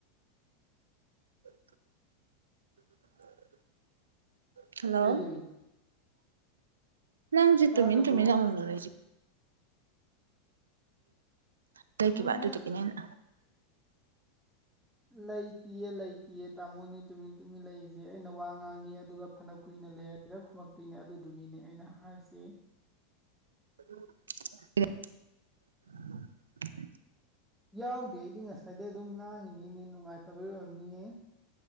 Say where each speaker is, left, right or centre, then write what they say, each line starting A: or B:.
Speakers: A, on the right; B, in the centre.
A: <inaudible> ꯍꯜꯂꯣ
B: ꯀꯩꯗꯧꯏꯅꯣ
A: ꯂꯪꯁꯤ
B: ꯇꯥꯗꯕ꯭ꯔꯣ
A: ꯇꯨꯃꯤ ꯇꯃꯤ ꯅꯃꯨꯡꯁꯤ ꯇ
B: ꯇꯨꯃꯤꯟꯅ
A: ꯀꯚ ꯑꯗꯨꯗ ꯀꯅꯦꯅ
B: ꯂꯩꯇꯤꯌꯦ ꯂꯩꯇꯦꯌꯦ ꯇꯥꯃꯣꯅꯦ ꯇꯨꯃꯤꯟ ꯇꯨꯃꯤꯟ ꯂꯩꯔꯤꯁꯦ ꯑꯩꯅ ꯋꯥ ꯉꯥꯡꯉꯤ ꯑꯗꯨꯒ ꯐꯅ ꯀꯨꯏꯅ ꯂꯩꯔꯒ ꯈꯨꯝꯃꯛꯇꯣꯏꯅꯦ ꯑꯗꯨꯗꯨꯒꯤꯅꯦ ꯑꯩꯅ ꯍꯥꯏꯁꯤ
A: ꯍ <unintelligible>
B: ꯌꯥꯎꯗꯦ ꯑꯩꯗꯤ ꯉꯁꯥꯏꯗꯩ ꯑꯗꯨꯝ ꯉꯥꯡꯉꯤꯅꯤꯅꯦ ꯅꯨꯡꯉꯥꯏꯇꯕꯩ ꯑꯣꯏꯔꯝꯅꯤꯌꯦ